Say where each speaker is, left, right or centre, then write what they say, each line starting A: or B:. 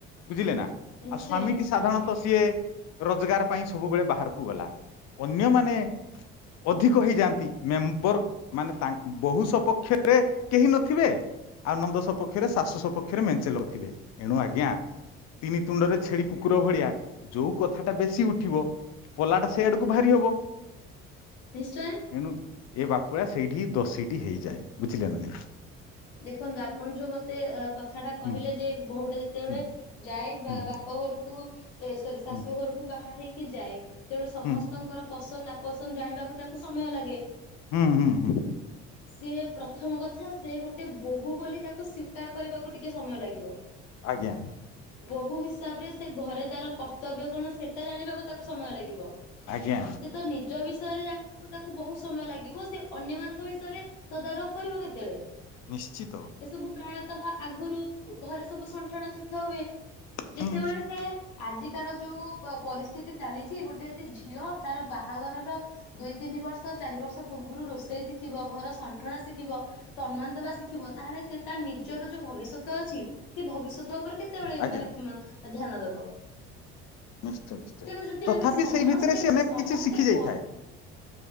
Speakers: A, on the left (about 60°); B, on the left (about 80°).
A: ବୁଝିଲେ ନା
B: ନିଶ୍ଚୟ
A: ଆଉ ସ୍ଵାମୀଟି
B: ନିଶ୍ଚୟ
A: ସାଧାରଣତଃ ସିଏ ରୋଜଗାର ପାଇଁ ସବୁବେଳେ ବାହାରକୁ ଗଲା ଅନ୍ୟମାନେ ଅଧିକ ହେଇଯାଆନ୍ତି ମେମ୍ବର ମାନେ ତାଙ୍କ ବୋହୂ ସପକ୍ଷରେ କେହି ନଥିବେ ଆଉ ନନ୍ଦ ସପକ୍ଷରେ ଶାଶୁ ସପକ୍ଷରେ ମେଞ୍ଚେ ଲୋକ୍ ଥିବେ ଏଣୁ ଆଜ୍ଞା ତିନି ତୁଣ୍ଡରେ ଛେଳି କୁକୁର ଭଳିଆ ଯୋଉ କଥାଟା ବେଶୀ ଉଠିବ ପଲାଟା ସେଇ ଆଡକୁ ଭାରି ହବ।
B: ନିଶ୍ଚୟ।
A: ଏଣୁ ଏ ବାପୁଳା ସେଇଠି ହି ଦଷୀଟି ହେଇଯାଏ ବୁଝିଲେ ନା ନାଇଁ।
B: ଦେଖନ୍ତୁ ଆପଣ ଯୋଉ ମତେ କଥାଟା କହିଲେ
A: ହୁଁ
B: ଯେ ବୋହୂଟେ ଯେତେବେଳେ
A: ହୁଁ
B: ଯାଏ ବା
A: ହୁଁ
B: ବାପ ଘରକୁ <unintelligible> ଏ ସରି ଶାଶୁ
A: ହୁଁ
B: ଘରକୁ ବାହା ହେଇକି କି ଯାଏ ତେଣୁ ସମସ୍ତଙ୍କର
A: ହୁଁ
B: ପସନ୍ଦ ନାପସନ୍ଦ ଜାଣିବାକୁ ତାକୁ ସମୟ ଲାଗେ
A: ହୁଁ ହୁଁ ହୁଁ
B: ସିଏ ପ୍ରଥମ କଥା ସେ ଗୋ ବୋହୂ ବୋଲି ତାକୁ ସ୍ବୀକାର କରିବାକୁ ଟିକେ ସମୟ ଲାଗିବ।
A: ଆଜ୍ଞା
B: ବୋହୂ ହିସ୍ ହିସାବରେ ସେ ଘରେ ତାର କର୍ତ୍ତବ୍ୟ କଣ ସେଟା ଜାଣିବାକୁ ତାକୁ ସମୟ ଲାଗିବ
A: ଆଜ୍ଞା
B: ସେ ତ ନିଜ ବିଷୟ ବିଷୟରେ ଜାଣିବାକୁ ତାକୁ ବହୁତ ସମୟ ଲାଗିବ ସେ ଅନ୍ୟ ମାନଙ୍କ ବିଷୟରେ ତଦାରଖ କରିବ କେତେବେଳେ?
A: ନିଶ୍ଚିତ
B: ଏସବୁ ପ୍ରାୟତଃ ଆଗରୁ ଘରେ ସବୁ ସଣ୍ଠଣା ଶି ହୁଏ ଯେତେବେଳେ
A: ହୁଁ
B: ସେ ଆଜିକାର ଯୋଉ ପ ପରିସ୍ଥିତି ଚାଲିଚି ଗୋଟେ ଯେ ଝିଅ ତାର ବାହାଗରର ଦୁଇ ତିନି ବର୍ଷ ଚାରି ବର୍ଷ ପୂର୍ବରୁ ରୋଷେଇ ଶିଖିବ ଘର ଶଣ୍ଠଣା ଶିଖିବ। ସମ୍ମାନ ଦବା ଶିଖିବ ତାହେଲେ ସେ ତା ନିଜର ଯୋଉ ଭବିଷ୍ୟତ ଅଛି ସେ ଭବିଷ୍ୟତ <unintelligible> ଉପରେ କେତେବେଳେ
A: ଆଜ୍ଞା
B: ମାନେ ମା ଧ୍ୟାନ ଦବ
A: ନିଶ୍ଚୟ ନିଶ୍ଚୟ
B: ତେଣୁ ଯଦି
A: ତଥାପି
B: ଆମେ ସମସ୍ତେ
A: ସେଇ ଭିତରେ ସେ ଅନେକ
B: ସମସ୍ତେ
A: କିଛି ଶିଖି ଯାଇଥାଏ
B: ପ